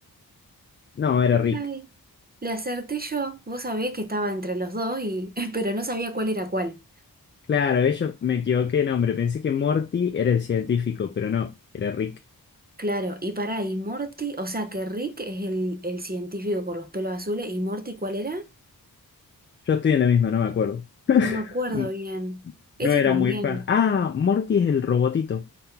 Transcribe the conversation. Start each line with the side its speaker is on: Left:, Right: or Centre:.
Left: No, era Rick.
Right: Ay, le acerté yo. Vos sabés que estaba entre los dos, y... <laughs> pero no sabía cuál era cuál.
Left: Claro, eh, yo me equivoqué de nombre. Pensé que Morty era el científico, pero no, era Rick.
Right: Claro, y pará, y Morty, o sea que Rick es el, el científico con los pelos azules, y Morty, ¿cuál era?
Left: Yo estoy en la misma, no me acuerdo. <laughs>
Right: No me acuerdo
Left: N-
Right: bien. Ese
Left: No era
Right: también.
Left: muy fan. Ah, Morty es el robotito.